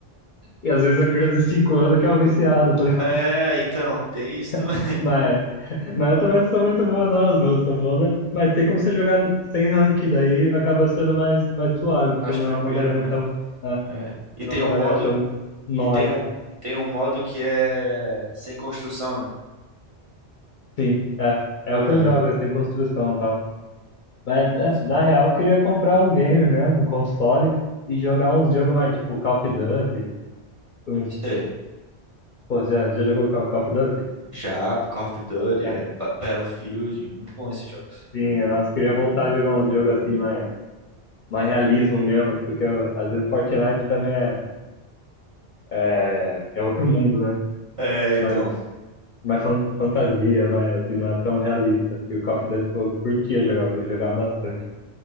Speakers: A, on the left; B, on the right.
A: e às vezes a criança de Cinco anos que é o viciado, tá ligado?
B: É, então, tem isso também.
A: <laughs> Mas, mas eu também não sou muito bom, não, eu sou bom, né? Mas tem como você jogar sem rank, daí acaba sendo mais, mais suave,
B: <laughs>
A: porque
B: Mais
A: não
B: tranquilo,
A: é uma galera
B: né?
A: tão, é,
B: É. E
A: não
B: tem
A: é uma
B: um
A: galera
B: modo,
A: tão nóia.
B: E tem um, tem um modo que é sem construção, né?
A: Sim, é. É o
B: É,
A: que eu jogo, é sem construção e tal. Mas, é,
B: pois é.
A: na real, eu queria comprar um game mesmo, um console, e jogar uns jogos mais tipo Call of Duty. Uns...
B: Sei.
A: Pô, já, já jogou Call, Call of Duty?
B: Já, Call of Duty,
A: É,
B: é Ba- Battlefield, muito bom esses jogos.
A: sim, eu nossa, queria voltar a jogar uns jogos assim, mais, mais realismo mesmo, porque eu- às vezes Fortnite também é, é, é outro mundo, né?
B: É,
A: Mas
B: então,
A: mais fan- fantasia, mas assim, não é tão realista. E o Call of Duty, pô, eu curtia jogar, vou jogar bastante.